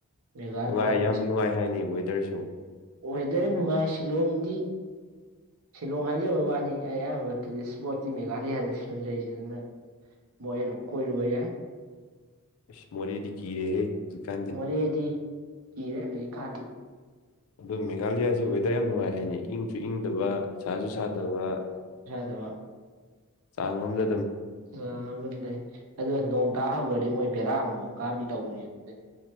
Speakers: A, on the right; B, on the left.
A: ꯃꯦꯘꯥꯂ
B: ꯅꯨꯡꯉꯥꯏ
A: ꯍꯣꯏ
B: ꯌꯥꯝ ꯅꯨꯡꯉꯥꯏ ꯍꯥꯏꯅꯦ ꯋꯦ ꯀꯩꯁꯤꯕꫭ
A: ꯋꯦꯗꯔ ꯅꯨꯡꯉꯥꯏ ꯁꯤꯂꯣꯡꯗꯤ ꯁꯤꯂꯣꯡ ꯍꯥꯏꯖꯕ ꯋꯥꯅꯤ ꯑꯌꯥꯝꯕ ꯇꯨꯔꯤꯁ ꯏꯁꯄꯣꯠꯇꯤ ꯃꯦꯘꯥꯂꯤꯌꯥꯗ ꯁꯤꯜ ꯂꯩꯁꯤꯗꯨꯅ ꯃꯣꯏ ꯀꯣꯏꯔꯨꯕ ꯌꯥꯏ
B: ꯏꯁ ꯃꯣꯔꯦꯗꯤ ꯀꯤꯔ‌ꯦꯍ‌ꯦ ꯍꯧꯙꯤꯛꯀꯥꯟꯗꯤ
A: ꯃꯣꯔꯦꯗꯤ ꯀꯤꯔꯦ ꯍꯧꯖꯤꯛꯀꯥꯟꯗꯤ
B: ꯑꯗꫭ ꯃꯦꯒꯥꯥꯂꯤꯌꯥꯁꯨ ꯋꯦꯗꯔ ꯌꯥꯝ ꯅꯨꯡꯉꯥꯏ ꯍꯥꯏꯅꯦ ꯏꯪꯁꯨ ꯏꯪꯗꯕ ꯁꯥꯁꯨ ꯁꯥꯗꯕ
A: ꯆꯪꯕꯔ
B: ꯆꯥꯡꯃꯗ
A: ꯖꯥꯃꯗꯤ ꯂꯩ ꯑꯗꯨ ꯅꯣꯡ ꯇꯥꯍꯩꯈꯒ꯭ꯔꯗꯤ ꯃꯣꯏ ꯕꯦꯔꯥ ꯑꯃꯨ ꯃꯨꯛ ꯀꯥꯕꯤ ꯇꯧꯕꯅꯦ ꯑꯗꯨꯗꯅꯦ